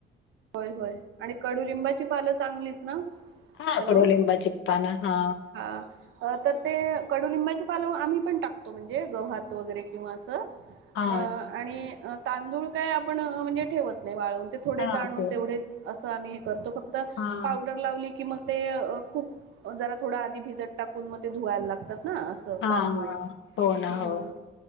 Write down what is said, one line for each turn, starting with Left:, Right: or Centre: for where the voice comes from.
Right: होय होय आणि कडुलिंबाची पानं चांगलीच ना.
Left: हा
Right: हॅलो
Left: कडूलिंबाचि पानं हा.
Right: हा तर ते कडुलिंबाचे पानं आम्ही पण टाकतो. तो म्हणजे गवहात वगैरे किंवा असं
Left: हा
Right: अ. आणि अ तांदूळ काय आपण म्हणजे ठेवत नाही वाळून ते थोडेच
Left: हा
Right: आणून
Left: ते
Right: तेवढेच. असं आम्ही हे करतो फक्त
Left: हा
Right: पावडर. लावली की मग ते अ खूप जरा थोड आधी भिजत टाकून मग ते धुवायला लागतात ना अस.
Left: हा
Right: तांदूळ
Left: हो ना
Right: ह्.
Left: हो.